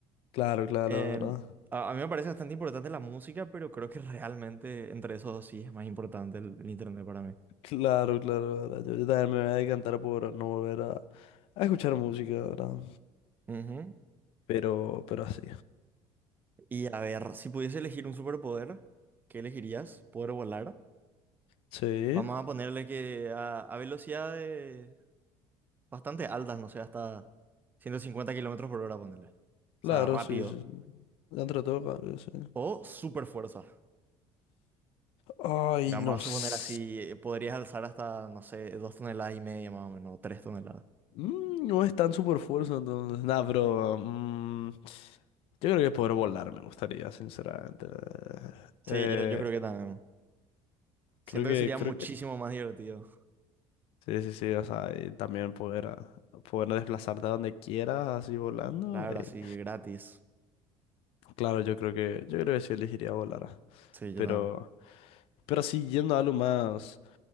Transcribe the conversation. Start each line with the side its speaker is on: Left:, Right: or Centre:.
Left: Claro, claro,
Right: Eh,
Left: ¿verdad?
Right: a, a mí me parece bastante importante la música, pero creo que realmente entre esos dos sí es más importante el, el internet para mí.
Left: Claro, claro, ¿verdad? Yo, yo también me voy a decantar por no volver a, a escuchar música, ¿verdad?
Right: Ujú.
Left: Pero, pero así.
Right: Y a ver, si pudiese elegir un superpoder, ¿qué elegirías? ¿Poder volar?
Left: Sí.
Right: Vamos a ponerle que a, a velocidades bastante altas, no sé, hasta 150 kilómetros por hora, ponerle. O
Left: Claro,
Right: sea, rápido.
Left: sí, sí. sí. Dentro de todo, cambia, sí.
Right: O super fuerza.
Left: Ay,
Right: Y vamos
Left: no.
Right: a
Left: s-
Right: suponer así, eh, podrías alzar hasta, no sé, dos toneladas y media más o menos, tres toneladas.
Left: mm, no es tan super fuerza, entonces. Nada, pero. mm, yo creo que poder volar me gustaría, sinceramente.
Right: Sí,
Left: Eh,
Right: yo, yo creo que también. Siento
Left: creo que,
Right: que sería
Left: creo
Right: muchísimo
Left: que.
Right: más divertido.
Left: Sí, sí, sí. O sea, y también poder, ah, poder desplazarte a donde quieras, así volando.
Right: Claro,
Left: eh.
Right: así, gratis.
Left: Claro, yo creo que. Yo creo que sí elegiría volar. ah.
Right: Sí, yo
Left: Pero.
Right: también.
Left: Pero sí, yendo a algo más.